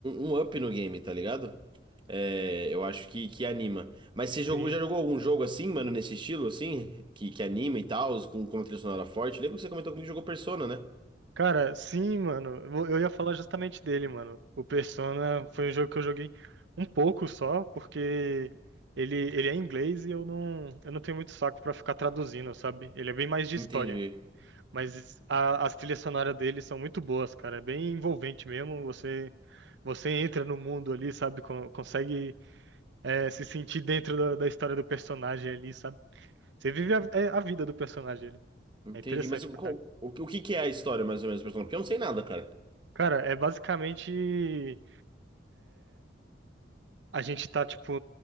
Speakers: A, on the right; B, on the right.
A: um, um up no game, tá ligado? É, eu acho que, que anima. Mas você jogou,
B: Sim.
A: já jogou algum jogo assim, mano, nesse estilo, assim? Que, que anima e tal, com, com uma trilha sonora forte? Lembro que você comentou comigo que jogou Persona, né?
B: Cara, sim, mano. Eu vou- eu ia falar justamente dele, mano. O Persona foi um jogo que eu joguei um pouco só, porque ele, ele é em inglês e eu não, eu não tenho muito saco pra ficar traduzindo, sabe? Ele é bem mais de história.
A: Entendi.
B: Mas a- as trilhas sonoras dele são muito boas, cara. É bem envolvente mesmo. Você você entra no mundo ali, sabe? Con- Consegue é, se sentir dentro da, da história do personagem ali, sabe? Você vive a, é, a vida do personagem ali.
A: Entendi.
B: É interessante
A: Mas o,
B: pra caralho.
A: o, o que que é a história, mais ou menos, do Persona? Porque eu não sei nada, cara.
B: Cara, é basicamente a gente tá, tipo,